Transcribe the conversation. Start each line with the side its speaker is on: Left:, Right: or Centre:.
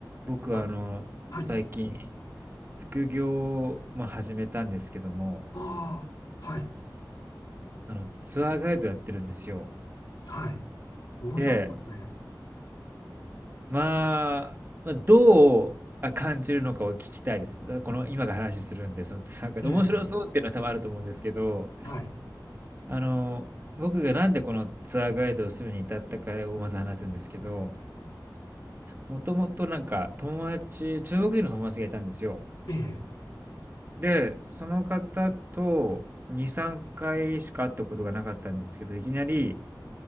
Right: 僕はあの最近
Left: あ、はい。
Right: 副業を、まあ、始めたんですけども
Left: ああ、はい。
Right: あのツアーガイドやってるんですよ
Left: はい。面白いですね。
Right: で、まあ、まあどうあ感じるのかを聞きたいですこの今が話するんでそのツアーガイド面白そうっていうのは多分あると思うんですけど
Left: ええ、はい。
Right: あの僕がなんでこのツアーガイドをするに至ったかをまず話すんですけどもともとなんか友達中国人の友達がいたんですよ
Left: ええ、
Right: で、その方と2、3回しか会ったことがなかったんですけど、いきなり、